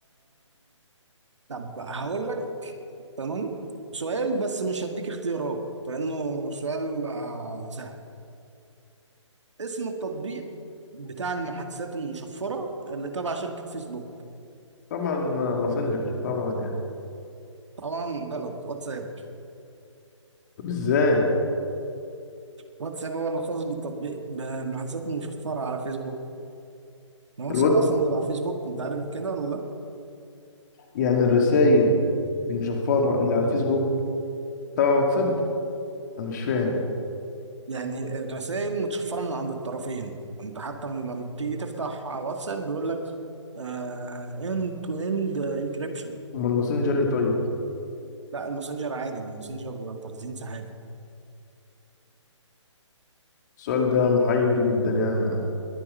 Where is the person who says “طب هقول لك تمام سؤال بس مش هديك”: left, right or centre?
Right